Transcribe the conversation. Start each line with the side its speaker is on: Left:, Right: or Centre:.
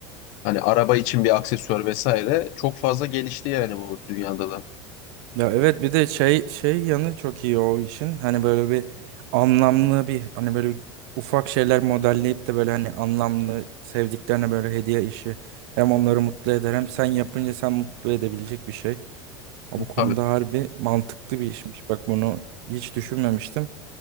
Left: hani araba için bir aksesuar vesaire çok fazla gelişti yani bu dünyada da.
Right: Ya evet bir de şey şey yanı çok iyi o işin. Hani böyle bir anlamlı bir hani böyle ufak şeyler modelleyip de böyle hani anlamlı sevdiklerine böyle hediye işi. Hem onları mutlu eder hem sen yapınca sen mutlu edebilecek bir şey. Ama bu konuda
Left: Tabii.
Right: harbi mantıklı bir işmiş. Bak bunu hiç düşünmemiştim.